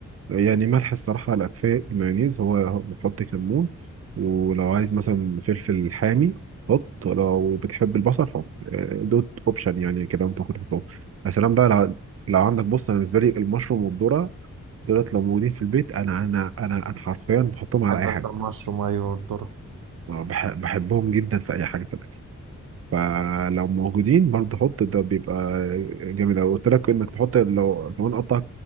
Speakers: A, on the right; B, on the right.
A: يعني ملح الصراحة لا كفاية المايونيز هو هو بتحط كمون ولو عايز مثلا فلفل حامي حط لو بتحب البصل حط آه، دوت اوبشن يعني كده انت ممكن تحطهم يا سلام بقى لو لو عندك بص انا بالنسبه لي المشروم والذره دولت لو موجودين في البيت انا انا انا انا حرفيا بحطهم على
B: بحب
A: اي
B: انت
A: حاجه
B: المشروم ايوه والذره
A: بح- بحبهم جدا في اي حاجه في الاكل فلو موجودين برضه حط ده بيبقى جامد قوي قلت لك انك تحط لو كمان قطع